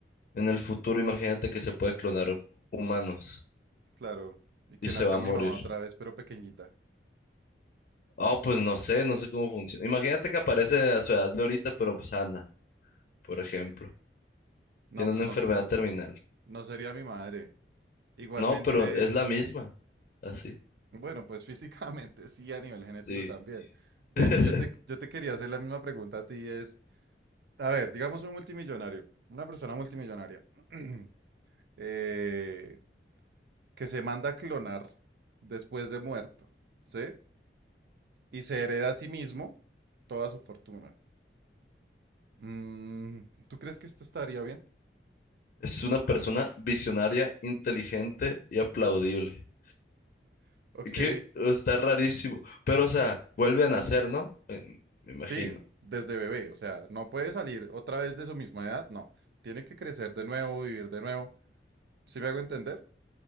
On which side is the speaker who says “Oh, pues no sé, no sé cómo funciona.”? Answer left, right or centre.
Left